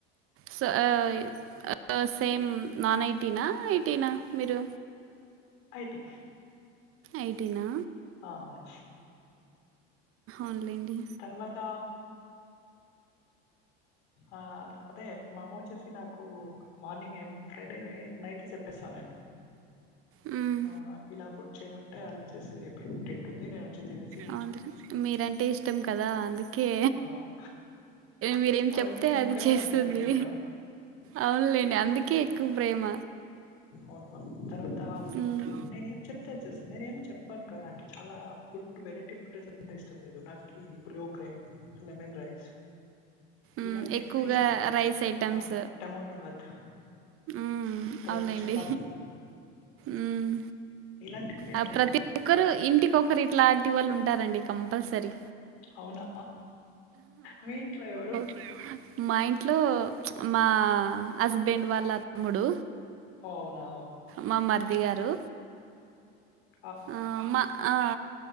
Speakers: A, on the right (about 45°); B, on the left (about 80°).
A: స్ అ సేమ్ నాన్ ఐటీనా ఐటీనా మీరు
B: ఐ టి
A: ఐ టీనా
B: ఆ అవును
A: అన్లైడి
B: తర్వాత ఆ అదే మా అమ్మ వచ్చేసి నాకు మార్నింగ్ ఏ ఫ్రైడే నైటే చెప్పేస్తా నేను
A: హ్మ్.
B: ఆ ఇలా ఫుడ్ చేయమంటే అలా వేసి పెట్టుద్ధి నేను వచ్చి తినేస్
A: అవును మీరంటే ఇష్టం కదా అందుక్ కే
B: ఆహ్,
A: మీరేం
B: వాళ్ళకి
A: చెప్తే
B: నేనొక్కడినే
A: అది చేస్తుంది
B: ఉన్నాను కదా! ఇంకా.
A: అవునులేండి అందుకే
B: ఆహ్,
A: ఎక్కువ ప్రేమ
B: అవును తర్వాత
A: హ్మ్.
B: నేను ఏం చెప్ చ్చేస్తుంది నేను ఏం చెప్పాను నాకి చాలా ఫుడ్ వెరైటీ ఫుడ్ అంటే ఇష్టం లేదు నాకి పులుగ్ర లేమన్ రైస్
A: మ్
B: ఇలాంటివే
A: ఎక్కువగా
B: ఇష్టం.
A: రైస్ ఐటెమ్స్
B: ఆ! టమాటో బాత్,
A: మ్
B: తర్వాత
A: అవులేండి
B: చపాతీ
A: మ్
B: ఇలాంటివి
A: ఆ
B: నేను
A: ప్రతి ఒక్కరు ఇంటికొకరు ఇట్లాంటి వాళ్ళు ఉంటారండి కంపల్సరీ
B: అవునా మీ ఇంట్లో ఎవరు
A: ఎవరు మా ఇంట్లో మా హస్బెండ్ వాళ్ళ తమ్ముడు
B: ఓహ్! అవునా!
A: మా మర్ది గారు
B: ఆ
A: ఆ మా ఆ